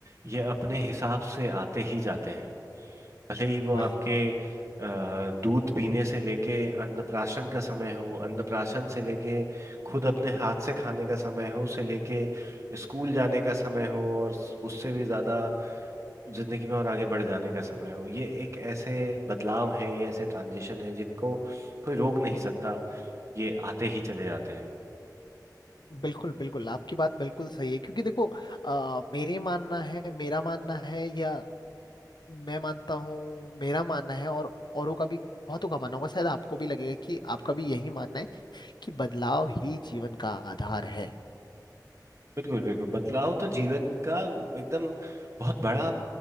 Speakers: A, on the right; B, on the left.
A: ये अपने हिसाब से आते ही जाते हैं भले ही वो आपके
B: वही
A: अ, दूध पीने से लेके अन्नप्राशन का समय हो अन्नप्राशन से लेके खुद अपने हाथ से खाने का समय हो से लेके स्कूल जाने का समय हो और स- उससे भी ज़्यादा जिंदगी में और आगे बढ़ जाने का समय हो ये एक ऐसे बदलाव हैं ये ऐसे ट्रांजिशन हैं जिनको कोई रोक नहीं सकता ये आते ही चले जाते हैं
B: बिल्कुल बिल्कुल आपकी बात बिल्कुल सही है क्योंकि देखो आ, मेरे मानना है मेरा मानना है या मैं मानता हूँ मेरा मानना है और औरों का भी बहुतों का मानना होगा शायद आपको भी लगेगा कि आपका भी यही मानना है कि बदलाव ही जीवन का आधार है
A: बिल्कुल बिल्कुल बदलाव तो जीवन का एकदम बहुत बड़ा